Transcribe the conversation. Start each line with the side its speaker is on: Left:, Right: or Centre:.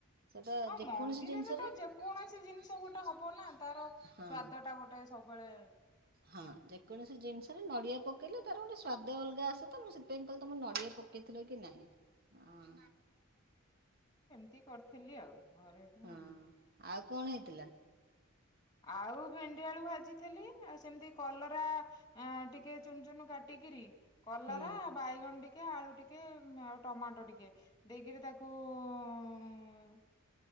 Right: ସେଟା
Left: ହଁ
Right: ଯେକୌଣସି
Left: ମନ୍ଦିରରେ
Right: ଜିନିଷରେ
Left: ତ
Right: <unintelligible>
Left: ଯେକୌଣସି ଜିନିଷ ଗୋଟେ ହବ ନା ତାର
Right: ହଁ
Left: ସ୍ଵାଦ ଟା ଗୋଟେ ସବୁବେଳେ।
Right: ହଁ ଯେକୌଣସି ଜିନିଷରେ ନଡ଼ିଆ ପକେଇଲେ ତାର ଗୋଟେ ସୁସ୍ୱାଦ ଅଲଗା ଆସେ ତ ମୁଁ ସେଥିପାଇଁ କହିଲି ତମ ନଡ଼ିଆ ପକେଇଥିଲ କି ନାହିଁ। ହଁ।
Left: ତି କରିଥିଲି ଆଉ। ଘରେ ହୁଁ।
Right: ହଁ ଆଉ କଣ ହେଇଥିଲା?
Left: ଆଉ ଭେଣ୍ଡି ଆଳୁ ଭାଜିଥିଲି ଆଉ ସେମିତି କଲରା ଅ ଟିକେ ଚୁନୁ ଚୁନୁ କାଟିକିରି। କଲରା
Right: ହୁଁ।
Left: ବାଇଗଣ ଟିକେ ଆଳୁ ଟିକେ ଉ ଆଉ ଟମାଟୋ ଟିକେ ଦେଇକିରି ତାକୁ ଉଁ